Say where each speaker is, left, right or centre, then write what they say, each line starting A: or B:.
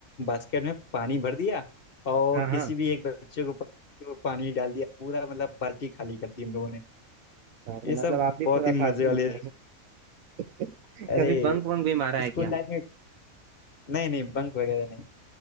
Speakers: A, on the left; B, on the right.
A: बास्केट में पानी भर दिया और
B: हाँ
A: किसी
B: हाँ
A: भी एक बच्चे को पकड़ के वो पानी डाल दिया पूरा मतलब बाल्टी खाली कर दी हम लोगों ने
B: बाप
A: ये
B: रे, मतलब
A: सब
B: आप भी
A: बहुत
B: खुराफाती
A: ही मजे वाले
B: ही थे <laughs> कभी
A: अरे
B: बंक वंक भी मारा है
A: स्कूल
B: क्या
A: लाइफ में नहीं नहीं बंक वगैरह नहीं